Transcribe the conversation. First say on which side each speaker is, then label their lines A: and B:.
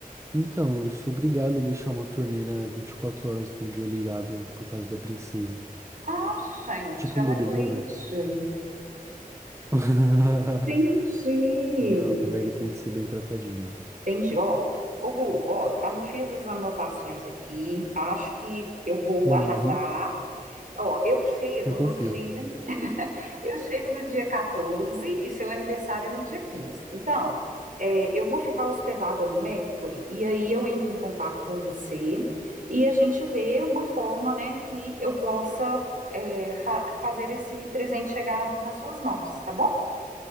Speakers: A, on the right; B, on the right.
A: Então, eu sou obrigado a deixar uma torneira 24 horas por dia ligada por causa da princesa.
B: Ah, gente,
A: Tipo
B: ela
A: um bebedouro.
B: é leite.
A: <laughs>
B: Entendi.
A: Entendeu? A Meg tem que ser bem tratadinha.
B: Entendi. Ó, ô Gu, ó, ah, não fiz as anotações aqui. Acho que eu vou
A: Uhum,
B: arrasar. Ó, eu chego
A: eu
B: no
A: confio.
B: dia, eu chego no dia 14 e seu aniversário é no dia 15. Então, é, eu vou ficar hospedada no Mercury e aí eu entro em contato com você e a gente vê uma forma, né, que eu possa é, fa- fazer esse presente chegar nas suas mãos, tá bom?